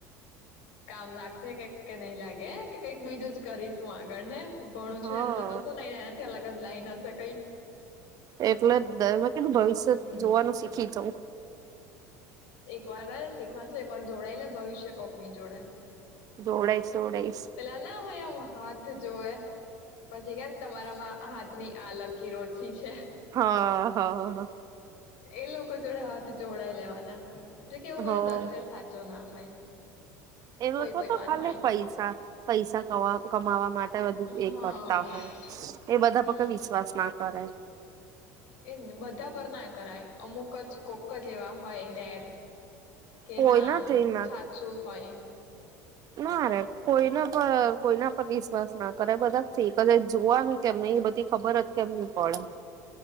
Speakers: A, on the left; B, on the right.
A: કામ લાગશે કે કે નહી લાગે કે કંઈક બીજું જ કરીશું આગળ હે. ભણું છું
B: હા
A: એને તો કશું નહી એનાથી અલગજ. લાઈનસ કઈ.
B: એટલે દ મે કીધુ ભવિષ્યત
A: હમ
B: જોવાનું શીખી જાવ
A: <unintelligible> શીખવાદસે પર જોડાયેલે ભવિષ્ય કોકની જોડે.
B: જોવડાઈશ જોવડાઈશ
A: પેલા ના હોય હાથ જો એ. પછી કેમ તમારામાં હા ની આલકીરો ઓચી છે.
B: હા હ.
A: એ લોકો જોડે હાથ ધોવડાયે લેવાના એટલે કે એવું
B: હ
A: બધું દરફેર સાચો ના હોય
B: એ લોકો
A: કોઈ કોઈ
B: તો
A: વાર
B: ખાલી
A: હોય
B: પૈસા પૈસા ક કમાવા માટે બધું
A: હા
B: એ કરતા હોય એ બધા
A: હમ
B: પ વિશ્વાસ નાખે કરે છે.
A: એ જ ને બધા પર ના કરાય અમુક જ કોક જ એવા હોય રેર કે
B: કોઈના
A: નામ આમ
B: થઈ ના
A: સાચું હોય <inaudible>
B: ના રે કોઈના પર કોઈના પર વિશ્વાસ ના કરે બધા કદા જોવાનું કેને એ બધી ખબર જ કેમ નહી પડે